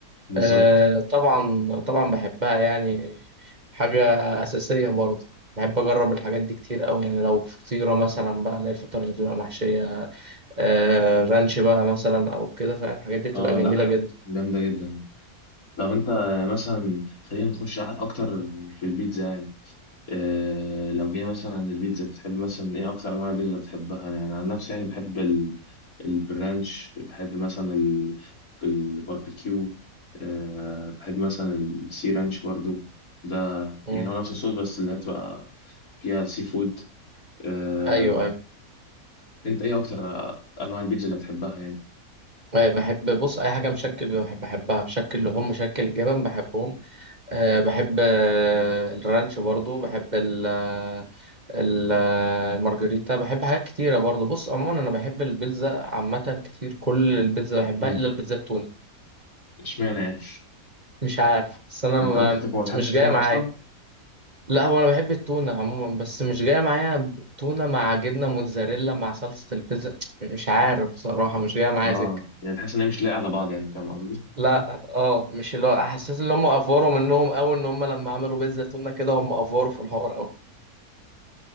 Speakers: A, on the left; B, on the right.
A: بالظبط
B: آه طبعا طبعا بحبها يعني حاجة أساسية برضه بحب أجرب الحاجات دي كتير أوي يعني لو فطيرة مثلا بقى اللي هي الفطار اللي بتبقى محشية آه رانش بقى مثلا أو كده فاهم الحاجات دي بتبقى
A: اه
B: جميلة
A: لا
B: جدا
A: جامده جدا طب انت مثلا خلينا نخش اكتر في البيتزا يعني آه، لو جينا مثلا عن البيتزا بتحب مثلا ايه اكتر انواع البيتزا اللي بتحبها انا يعني عن نفسي يعني بحب ال... البرانش بحب مثلا ال... الباربيكيو أه بحب مثلا السي رانش برضو ده
B: مم.
A: يعني هو نفس الصوص بس اللي هي بتبقى فيها سي فود أه
B: أيوه أيوه أيوة،
A: انت ايه اكتر انواع البيتزا اللي بتحبها يعني
B: طيب، بحب بص أي حاجة مشكل بحب بحبها مشكل لحوم مشكل جبن بحبهم أه بحب آه، الرانش برضو بحب ال آه، ال- آه، المارجريتا بحب حاجات كتيرة برضو بص عموما أنا بحب البيتزا عامة كتير كل البيتزا بحبها
A: مم.
B: إلا البيتزا التونة
A: اشمعنى يعني
B: مش عارف
A: <laughs>
B: بس أنا
A: انت
B: ما
A: ممكن تكون ما بتحبش
B: مش
A: التونه
B: جاية معايا
A: اصلا
B: لا هو أنا بحب التونة عموما بس مش جاية معايا تونة مع جبنة موتزاريلا مع صلصة البيتزا مش عارف بصراحة مش جاية معايا
A: اه
B: سكة
A: يعني تحس ان هي مش لايقه على بعض يعني فاهم قصدي
B: لا اه مش اللي هو حسيت ان هم افوروا منهم قوي ان هم لما عملوا بيتزا تونه كده هم افوروا في الحوار قوي